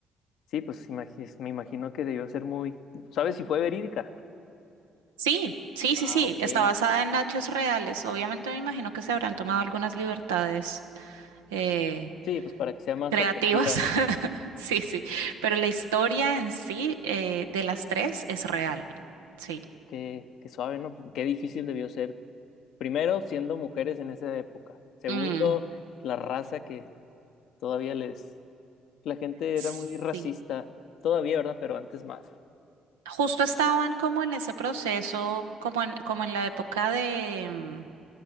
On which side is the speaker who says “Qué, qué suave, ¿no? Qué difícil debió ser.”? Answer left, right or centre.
Left